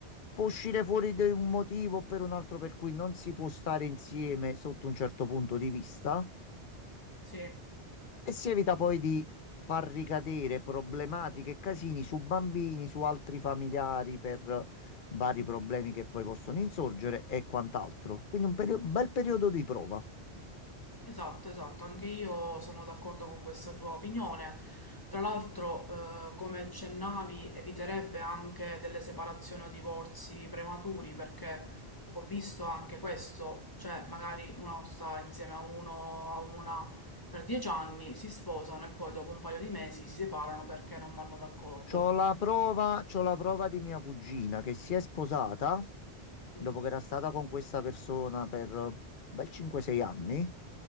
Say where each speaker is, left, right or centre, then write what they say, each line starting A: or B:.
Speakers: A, on the left; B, on the left.
A: può uscire fuori da un motivo o per un altro per cui non si può stare insieme sotto un certo punto di vista.
B: Sì,
A: E si evita poi di far ricadere problematiche e casini su bambini, su altri familiari per vari problemi che poi possono insorgere e quant'altro. Quindi un perio- bel periodo di prova.
B: esatto, esatto, anche io sono d'accordo con questa tua opinione. Tra l'altro, eh, come accennavi, eviterebbe anche delle separazioni o divorzi prematuri, perché ho visto anche questo, cioè magari uno sta insieme a uno, a una per dieci anni, si sposano e poi dopo un paio di mesi si separano perché non vanno d'accordo.
A: C'ho la prova, c'ho la prova di mia cugina che si è sposata dopo
B: Mm,
A: che era stata con questa persona per un bel 5-6 anni.